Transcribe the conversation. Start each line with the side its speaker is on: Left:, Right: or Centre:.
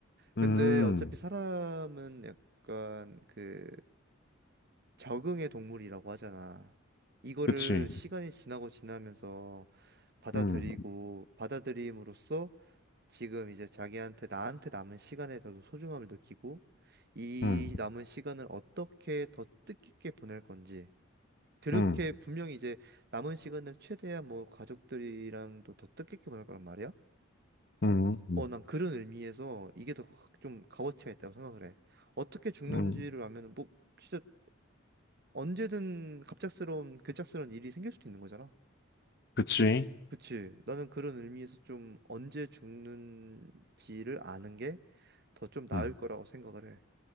Left: 음,
Right: 근데 어차피 사람은 약간 그 적응의 동물이라고 하잖아. 이거를
Left: 그치.
Right: 시간이 지나고 지나면서 받아들이고
Left: 음,
Right: 받아들임으로써 지금 이제 자기한테 나한테 남은 시간에 더 소중함을 느끼고 이
Left: 음,
Right: 남은 시간을 어떻게 더 뜻깊게 보낼 건지 그렇게
Left: 음,
Right: 분명히 이제 남은 시간을 최대한 뭐 가족들이랑도 더 뜻깊게 보낼 거란 말이야.
Left: 음, 음,
Right: 어, 난 그런 의미에서 이게 더 좀 값어치가 있다고 생각을 해. 어떻게 죽는지를
Left: 음,
Right: 알면은 뭐 진짜 언제든 갑작스러운 급작스러운 일이 생길 수도 있는 거잖아.
Left: 그치.
Right: 그치. 나는 그런 의미에서 좀 언제 죽는지를 아는 게 더 좀 나을
Left: 음,
Right: 거라고 생각을 해.